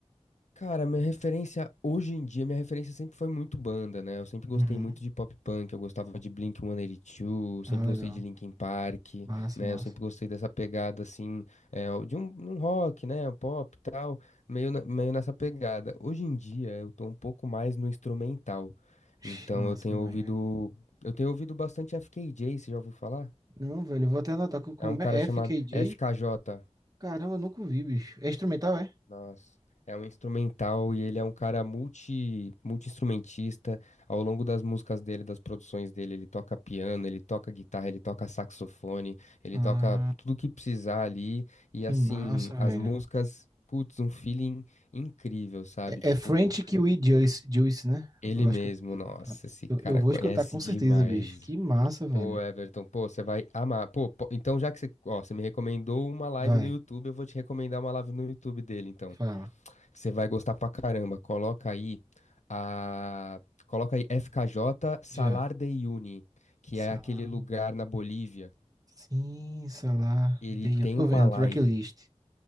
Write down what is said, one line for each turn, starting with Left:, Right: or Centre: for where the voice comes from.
Left: Cara, minha referência hoje em dia, minha referência sempre foi muito banda, né? Eu sempre gostei
Right: Uhum.
Left: muito de pop punk, eu gostava de Blink-182, sempre
Right: Ah, legal.
Left: gostei de Linkin Park,
Right: Massa,
Left: né?
Right: massa.
Left: Eu sempre gostei dessa pegada, assim, é, de um, um rock, né? Um pop e tal, meio, na- meio nessa pegada. Hoje em dia, eu tô um pouco mais no instrumental.
Right: Ixi,
Left: Então,
Right: massa
Left: eu tenho
Right: demais,
Left: ouvido,
Right: velho.
Left: eu tenho ouvido bastante FKJ, você já ouviu falar?
Right: Não, velho, eu vou até anotar co- como
Left: É um cara
Right: é
Left: chamado
Right: F K J
Left: FKJ.
Right: Caramba, eu nunca vi, bicho. É instrumental, é?
Left: Nossa. É um instrumental e ele é um cara multi, multi-instrumentista. Ao longo das músicas dele, das produções dele, ele toca piano, ele toca guitarra, ele toca saxofone, ele
Right: Ah,
Left: toca tudo que precisar ali. E
Right: que
Left: assim,
Right: massa, velho.
Left: as músicas, putz, um feeling incrível, sabe?
Right: É,
Left: Tipo,
Right: é French Kiwi Juice, Juice, né?
Left: ele
Right: Eu acho
Left: mesmo,
Right: que eu,
Left: nossa,
Right: pronto.
Left: esse
Right: eu,
Left: cara
Right: eu vou
Left: conhece
Right: escutar com
Left: demais.
Right: certeza, bicho. Que massa, velho.
Left: Pô, Everton, pô, você vai amar. Pô, po- então já que você, ó, você me recomendou uma live
Right: Vai,
Left: no YouTube, eu vou te recomendar uma live no YouTube dele, então.
Right: fala.
Left: Você vai gostar pra caramba. Coloca aí a coloca aí FKJ Salar
Right: Já.
Left: de Uyuni, que
Right: Sa-
Left: é aquele lugar na Bolívia.
Right: Sim, sei lá.
Left: Ele
Right: Dei-
Left: tem
Right: Tô
Left: uma
Right: vendo,
Left: live.
Right: tracklist.